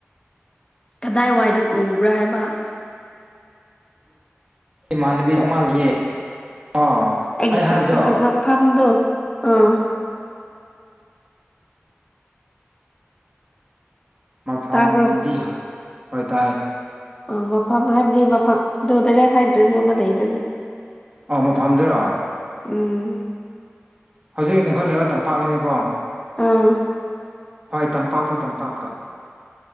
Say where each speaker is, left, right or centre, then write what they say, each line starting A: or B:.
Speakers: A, on the left (about 20°); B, on the right (about 25°).
A: ꯀꯗꯥꯏꯋꯥꯏꯗ ꯎꯕ꯭ꯔꯥ ꯍꯥꯏꯕ
B: ꯏꯃꯥꯅꯥꯕꯤ ꯑꯃꯥ ꯂꯩꯌꯦ ꯑꯣ
A: ꯑꯦꯛꯖꯦꯛ
B: ꯑꯩ ꯍꯥꯏꯕꯗꯣ
A: ꯃꯐꯝꯗꯣ ꯑꯥ
B: ꯃꯐꯝꯗꯤ
A: ꯇꯥꯕ꯭ꯔꯣ
B: ꯍꯣꯏ ꯇꯥꯏ
A: ꯑꯥ ꯃꯐꯝ ꯍꯥꯏꯕꯗꯤ ꯃꯐꯝ ꯗꯣ ꯗꯥꯏꯔꯦꯛ ꯍꯥꯏꯗ꯭ꯔꯁꯨ ꯑꯃ ꯂꯩꯗꯅ
B: ꯑꯣ ꯃꯐꯝꯗꯨꯔꯣ
A: ꯎꯝ
B: ꯍꯧꯖꯤꯛ ꯅꯈꯣꯏ ꯂꯩꯕ ꯇꯝꯄꯥꯛꯇꯅꯤꯀꯣ
A: ꯑꯥ
B: ꯍꯣꯏ ꯇꯝꯄꯥꯛꯇ ꯇꯝꯄꯥꯛꯇ